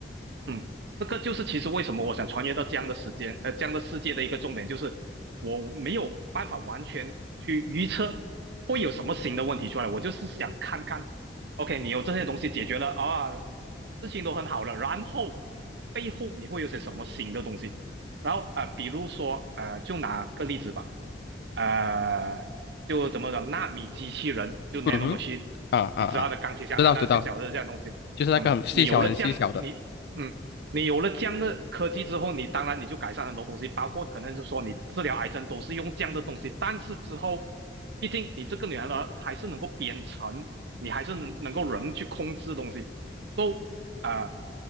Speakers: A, on the right (about 65°); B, on the left (about 65°).
A: 嗯，这个就是其实为什么我想穿越到这样的时间，呃，这样的世界的一个重点，就是我没有办法完全去预测会有什么新的问题出来，我就是想看看，OK，你有这些东西解决了啊，事情都很好了，然后背后你会有些什么新的东西？然后啊、呃，比如说呃，就拿个例子吧，呃，就怎么讲，纳米机器人，就 nano
B: 嗯哼，
A: machine，
B: 啊啊啊，
A: 你知道的，钢铁侠那那小小的这样东西，
B: 知道知道。就是那个很细小、
A: 嗯，你有了这样，
B: 很细小的。
A: 你。嗯，你有了这样的科技之后，你当然你就改善很多东西，包括可能是说你治疗癌症都是用这样的东西。但是之后，毕竟你这个女孩呢还是能够编程，你还是能能够人去控制东西，就啊，